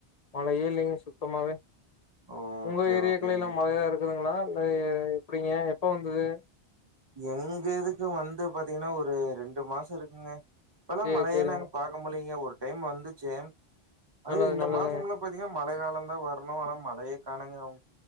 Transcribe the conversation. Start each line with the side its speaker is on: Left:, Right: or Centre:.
Left: மழயே இல்லைங்க சுத்தமாவே
Right: ஓகே,
Left: உங்க ஏரியாக்குள்ளேயல்லா
Right: ஓகேங்க.
Left: மழயா இருக்குதுங்ளா இல்ல எ எப்டி ஏ எப்ப வந்தது
Right: எங்க இதுக்கு வந்து பாத்தீங்ன்னா ஒரு ரெண்டு மாச இருக்குங்க இப்பல்லா
Left: சேரி
Right: மழயே
Left: சேரிங்க
Right: நாங்க பொம்பளைங்க ஒரு டைம் வந்துச்சு அதே
Left: நல்லது
Right: இந்த
Left: நல்லதுங்க
Right: மாசம்ல ப்ப பாத்தீங்னா மழ காலம்தா வரணு ஆனா மழயே காணுங்க அவங்